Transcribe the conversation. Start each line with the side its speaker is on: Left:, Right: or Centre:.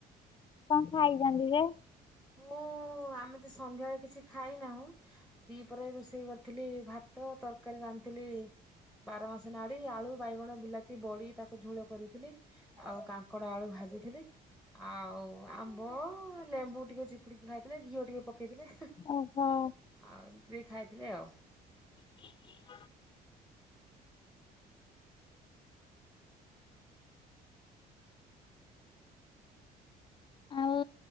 Left: କଣ ଖାଇଛନ୍ତି ଯେ
Centre: ମୁଁ ଆମେ ତ ସନ୍ଧ୍ୟାବେଳେ କିଛି ଖାଇନାହୁଁ। ଦି ପହରେ ରୋଷେଇ କରିଥିଲି ଭାତ ତରକାରୀ ରାନ୍ଧ ଥିଲି ବାର ମାସି ନାଡି ଆଳୁ ବାଇଗଣ ବିଲାତି ବଡି ତାକୁ ଝୋଳ କରିଥିଲି। ଆଉ କାଙ୍କଡ ଆଳୁ ଭାଜିଥିଲି ଆଉ ଆମ୍ବ ଲେମ୍ବୁ ଟିକେ ଚିପୁଡ଼ିକି ଖାଇଥିଲେ ଘିଅ ଟିକେ ପକେଇଥିଲେ।
Left: ଓହୋ।
Centre: ଆଉ ଏମିତି ବି ଖାଇଥିଲେି ଆଉ।
Left: <inaudible> ଆଉ